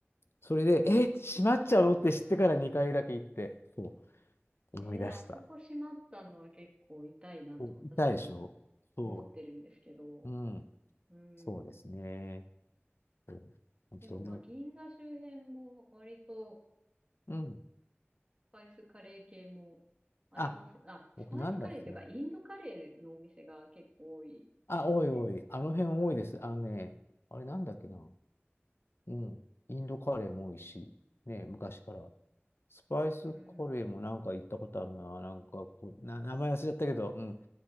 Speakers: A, on the left; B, on the right.
A: それで、え、閉まっちゃうのって知ってから2回だけ行って、そう、
B: ねえ、
A: 思い出した。
B: あそこ閉まったのは結構痛いなと私は
A: そう痛いでしょそ
B: 思ってるんですけど。
A: う。うん。
B: うん。
A: そうですね。そう本当に。
B: でもまあ、銀座周辺も割と
A: うん。
B: スパイスカレー系もあります。
A: あ、
B: あ、スパイスカレーというか、
A: 僕なんだっけな。
B: インドカレーのお店が結構多いですかね。
A: あ、多い多い。あの辺多いです。
B: うん。
A: あのね、あれなんだっけな。うん。インドカレーも多いし、ね、昔から。スパイスカレーもなんか行ったことあるな。
B: うん。
A: なんかこう、な、名前忘れちゃったけど、うん。